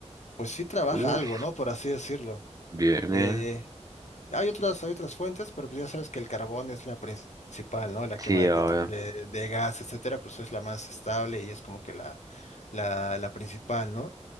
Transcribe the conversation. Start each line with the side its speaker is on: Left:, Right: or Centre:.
Left: pues sí trabaja
Right: Uf,
Left: algo, ¿no? Por así decirlo.
Right: bien,
Left: Eh,
Right: bien.
Left: hay otras, hay otras fuentes, pero pues ya sabes que el carbón es la principal, ¿no? La
Right: Sí,
Left: quema de,
Right: obvio.
Left: petro- de, de gas, etcétera, pues es la más estable y es como que la, la, la principal, ¿no?